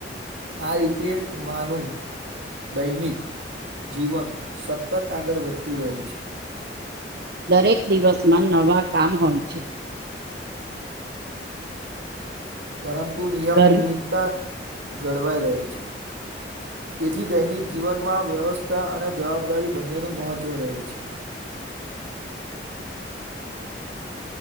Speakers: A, on the right; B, on the right.
A: આ રીતે એક માં નું દૈનિક જીવન સતત આગળ વધતું રહે છે
B: દરેક દિવસમાં નવા કામ હોય છે
A: પરંતુ નિયમિતતા
B: ઘર
A: જળવાઈ રહે છે તેથી દૈનિક જીવનમાં વ્યવસ્થા અને જવાબદારી બંનેનું મહત્વ રહે છે
B: <inaudible>